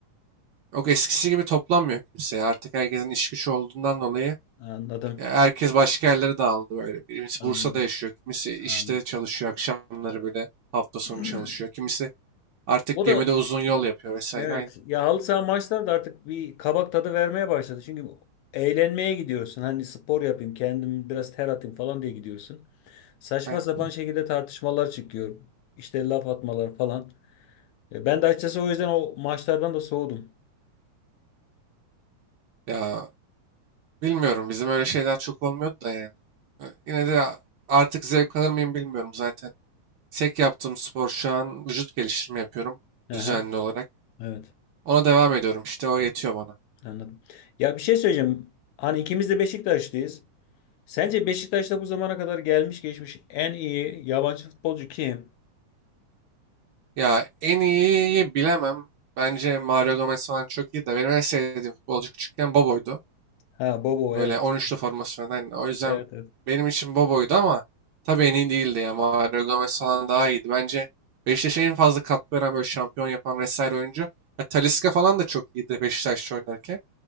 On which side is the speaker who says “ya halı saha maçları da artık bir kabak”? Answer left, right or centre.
Left